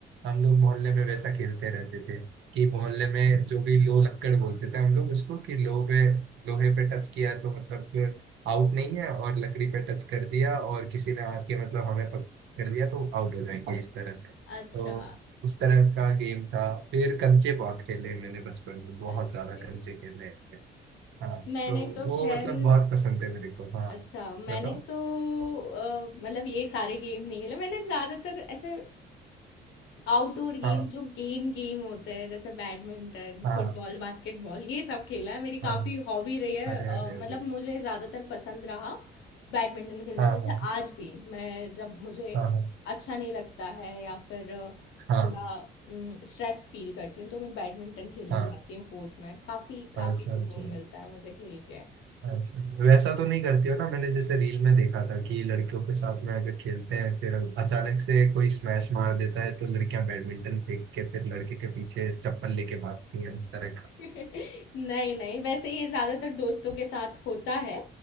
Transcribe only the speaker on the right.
हम लोग मोहल्ले में वैसा खेलते रहते थे कि मोहल्ले में जो भी लो लक्कड़ बोलते थे हम लोग उसको कि लो पे लोहे पे टच किया तो मतलब आउट नहीं है और लकड़ी पे टच कर दिया और किसी ने आके मतलब हमें पकड़ लिया तो आउट हो जाएंगे इस तरह से
तो उस तरह का गेम था फिर कंचे बहुत खेले मैंने बचपन में बहुत
ज्यादा कंचे खेले हैं। हाँ
तो
वो
मतलब बहुत पसंद है मेरे को हाँ
बताओ
हाँ
हाँ
हाँ
अरे
अरे
अरे
हाँ
हाँ
हाँ
हाँ
हाँ
हाँ अच्छा
अच्छा
अच्छा, वैसा तो नहीं करती हो ना मैंने जैसे रील में देखा था कि लड़कियों के साथ में अगर खेलते हैं फिर अचानक से कोई स्मैश मार देता है तो लड़कियां बैडमिंटन फेंक के फिर लड़के के पीछे चप्पल लेके भागती हैं इस तरह का